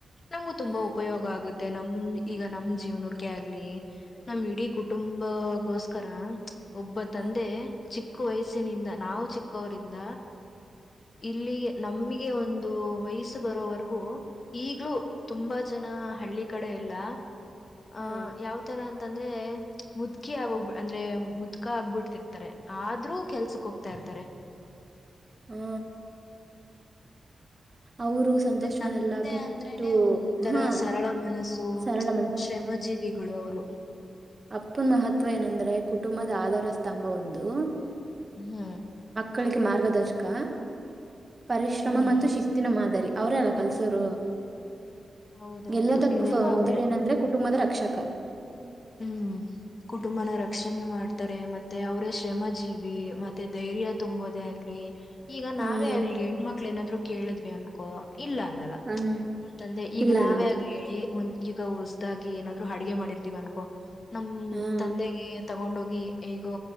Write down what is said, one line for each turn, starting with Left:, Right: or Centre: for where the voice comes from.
Left: ನಮಗೂ ತುಂಬಾ
Right: ಹಾ
Left: ಉಪಯೋಗ ಆಗ ಯೇ ನಮ್ಮ ಈಗ ನಮ್ಮ ಜೀವನಕೆ ಆಗಲಿ ನಮ್ಮ ಇಡಿ ಕುಟುಂಬ ಗೋಸ್ಕರ ಒಬ್ಬ ತಂದೆ
Right: ಹ
Left: ಚಿಕ್ ಚಿಕ್ಕ ವಾಯಸಿನಿಂದ ನಾವು ಚಿಕ್ಕವರಿದ ಇಲ್ಲಿ ನಮಗೆ ಒಂದು ವಯಸ್ಸು ಬರೋವರೆಗೂ ಈಗ್ಲೂ ತುಂಬಾ ಜನಾ ಹಳ್ಳಿ ಕಡೆ ಎಲ್ಲಾ ಆ
Right: ಹಾ
Left: ಯಾವ್ತರ ಅಂದರೆ ಮುದುಕಿ ಅಗೋಗಿ ಅಂದ್ರೆ ಮುದುಕಾ ಆಗೂ ಬಿಟ್ಟಿರ್ಟರೆ ಆದ್ರೂ ಕೆಲ್ಸಕ್ ಕೊಗ್ತಾ ಇರ್ತಾರೆ
Right: ಹಾ ಅವರು ಸಂತೋಷವನ್ನೆಲ್ಲ
Left: ತಂದೆ
Right: ಬಿಟ್ಟು
Left: ಅಂದ್ರೇನೆ ಒಂಥರಾ
Right: ಹಾ
Left: ಸರಳ ಮನಸ್ಸು
Right: ಸರಳ
Left: ಶ್ರಮ ಜೀವಿ ಒಳ್ಳೆವ್ರು
Right: ಅಪ್ಪನ್ ಹತ್ರಾ ಏನ್ ಅಂದ್ರೆ ಕುಟುಂಬದ ಆಧಾರ ಸ್ತಂಭವೆಂದು
Left: ಹ್ಮ್
Right: ಬೇಕ್ ಮಾರ್ಗ ದರ್ಶಕಾ ಪರಿಶ್ರಮ
Left: ಹ್ಮ್
Right: ಮತ್ತು ಶಿಸ್ತಿನ ಮಾದರಿ ಅವ್ರೆ ಅಲ್ವಾ ಕಲ್ಸೋರು
Left: ಹೌದೌದು
Right: ಎಲ್ಲದಕ್ಕೂ
Left: ಇವೆಲ್ಲಾ
Right: ಮೊದ್ಲು
Left: ಅವ್ರೇ
Right: ಏನ್ ಅಂದ್ರೆ ಕುಟುಂಬದ ರಕ್ ಕ್ಷಕ
Left: ಹ್ಮ್ ಕುಟುಂಬನಾ ರಕ್ಷಣೆ ಮಾಡ್ತಾರೆ ಮತ್ತೆ ಅವ್ರೆ ಶ್ರಮ ಜೀವಿ ಮತ್ತೆ ಧೈರ್ಯಾ ತುಂಬೋದ ಆಗ್ಲಿ ಈಗ
Right: ಹ್ಮ್
Left: ನಾವೇ ಆಗ್ಲಿ ಹೆಣ್ಮಕ್ಕಳ ಏನ್ ಆದ್ರೂ ಕೇಳಿದ್ವಿ ಅನ್ಕೋ ಇಲ್ಲಾ ಅನ್ನಲ್ಲಾ
Right: ಹ್ಮ್
Left: ಯಾಕಂದ್ರೆ ಈಗ
Right: ಇಲ್ಲ
Left: ನಾವೇ
Right: ಅನ್ನಲ್ಲ
Left: ಆಗ್ಲಿ ಏ ಹ್ಮ್ ಈಗ ಹೊಸದಾಗಿ ಏನಾದ್ರೂ ಹರ್ <unintelligible> ತೀವ್ ಅನ್ಕೋ ನಮ್
Right: ಹ್ಮ್
Left: ತಂದೆಗೆ ತಗೊಂಡ ಹೋಗಿ ಈಗೋ